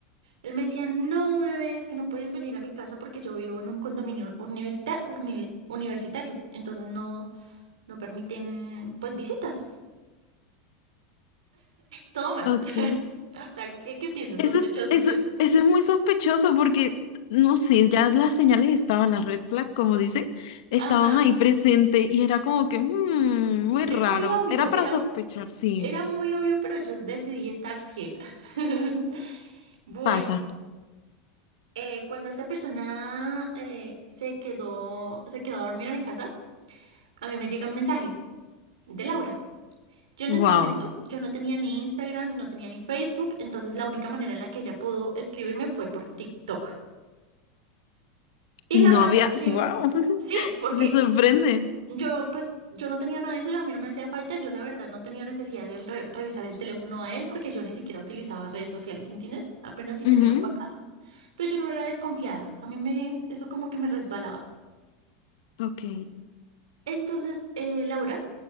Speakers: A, on the right; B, on the left.
A: él me decía, no, bebé, es que no puedes venir a mi casa porque yo vivo en un condominio universita- urni- universitario, entonces no, no permiten, pues, visitas. Todo mal.
B: Ok.
A: <laughs> O sea, ¿qué, qué piensas?
B: Eso
A: Sospechoso,
B: es, eso,
A: ¿cierto?
B: eso es muy sospechoso porque, no sé, ya las señales estaban, las red flag, como dicen, estaban
A: Ajá.
B: ahí presentes y era como que, "Mm, muy raro.
A: Era muy obvio,
B: Era para
A: era,
B: sospechar,
A: mu-
B: sí,
A: era muy obvio, pero yo decidí estar ciega. <laughs> Bueno.
B: pasa.
A: eh, cuando esta persona eh, se quedó, se quedó a dormir a mi casa, a mí me llega un mensaje de Laura. Yo en
B: Wow.
A: ese momento, yo no tenía ni Instagram, no tenía ni Facebook, entonces la única manera en la que ella pudo escribirme fue por TikTok. Y
B: Y
A: Laura
B: no había,
A: me escribe,
B: wow. <laughs>
A: sí, porque
B: Me sorprende.
A: yo pues yo no tenía nada de eso, a mí no me hacía falta, yo la verdad no tenía necesidad de re- revisar el teléfono a él porque yo ni siquiera utilizaba redes sociales, ¿entiendes? Apenas si
B: Ujú,
A: tenía WhatsApp. Entonces yo no era desconfiada, a mí me, eso como que me resbalaba.
B: Ok.
A: Entonces, eh, Laura,